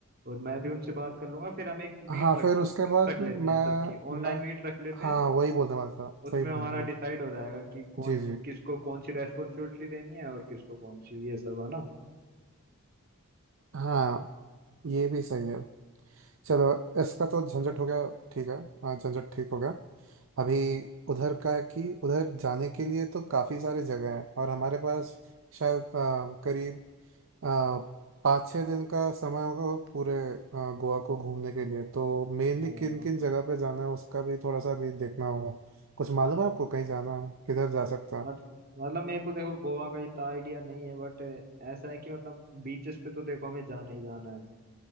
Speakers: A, on the right; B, on the right.
A: और मैं भी उनसे बात कर लूंगा फिर हम एक मीट
B: हाँ
A: रख
B: फिर उसके
A: मीट
B: बाद
A: रख
B: मैं
A: लेते हैं सबकी ऑनलाइन
B: मैं
A: मीट रख लेते
B: हाँ
A: हैं
B: वही बोलने वाला था
A: उसमें
B: सही बोल
A: हमारा
B: रहा हूँ
A: डिसाइड हो जाएगा कि कौन
B: जी जी
A: किसको कौन सी रेस्पॉन्सिबिलिटी देनी है और किसको कौन सी ये सब है ना
B: हाँ ये भी सही है चलो इसका तो झंझट हो गया ठीक है हाँ झंझट ठीक हो गया अभी उधर का है कि उधर जाने के लिए तो काफ़ी सारी जगह हैं और हमारे पास शायद अ, करीब आ, पाँच छः दिन का समय होगा वो पूरे आ, गोवा को घूमने के लिए तो मेनली
A: हाँ
B: किन किन जगह पे जाना है उसका भी थोड़ा सा भी देखना होगा कुछ मालूम है आपको कहीं जाना है किधर जा सकता हूँ
A: मत- मतलब मेरे को देखो गोवा का इतना आइडिया नहीं है बट ऐसा है कि मतलब बीचेस पे तो देखो हमें जाना ही जाना है है